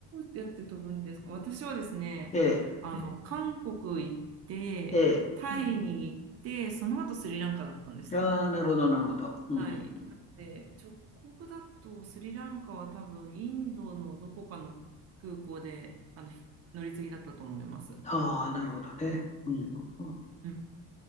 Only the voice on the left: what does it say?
ええ、
ええ。
ああ、なるほど、なるほど。うん、
うん。
ああ、なるほどね。うん、うん、うん。